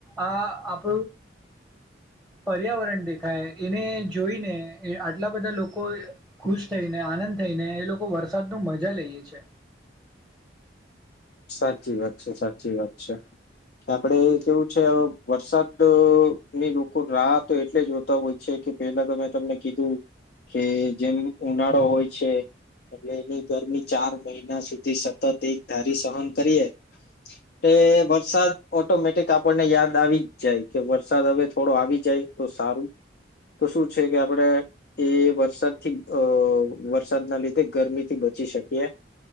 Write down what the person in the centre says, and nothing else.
આ આપ પર્યાવરણ દેખાય એને જોઈને આટલા બધા લોકો ખુશ થઈને આનંદ થ નને એ લોકો વરસાદ ન મજા લઈએે છે.